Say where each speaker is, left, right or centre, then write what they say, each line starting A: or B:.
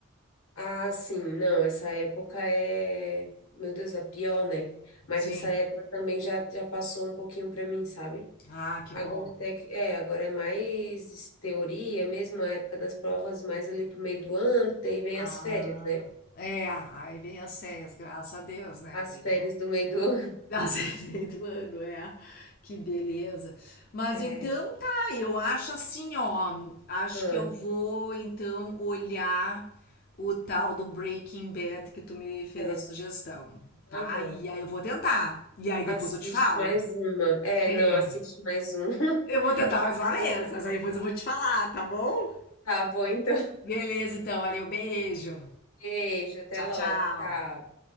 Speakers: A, on the left; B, on the left.
A: Ah, sim, não, essa época é, meu Deus, é pior, né? Mas
B: Sim.
A: essa época também já, já passou um pouquinho para mim, sabe?
B: Ah, que
A: Agora
B: bom.
A: até que, é, agora é mais teoria mesmo, a época das provas mais ali pro meio do ano, que daí vem
B: Ah,
A: as férias, né?
B: é, aí vem as séries, graças a Deus, né?
A: As
B: Daí
A: férias
B: dá uma
A: do meio do ano. <laughs>
B: Nossa, <laughs> meio do ano, é. Que beleza. Mas
A: É,
B: então tá, eu acho assim, ó. Acho
A: ah,
B: que eu vou então olhar o tal do Breaking Bad que tu me fez
A: é,
B: a sugestão, tá?
A: aham.
B: E aí eu vou tentar. E aí depois
A: Assiste
B: eu te falo.
A: mais uma. É,
B: É.
A: não, assiste mais uma <laughs>
B: Eu vou tentar
A: que tu
B: mais
A: vai
B: uma vez,
A: gostar.
B: mas aí depois eu vou te falar, tá bom?
A: Tá bom, então.
B: Beleza, então, valeu, beijo.
A: Beijo, até
B: Tchau,
A: logo,
B: tchau.
A: tchau.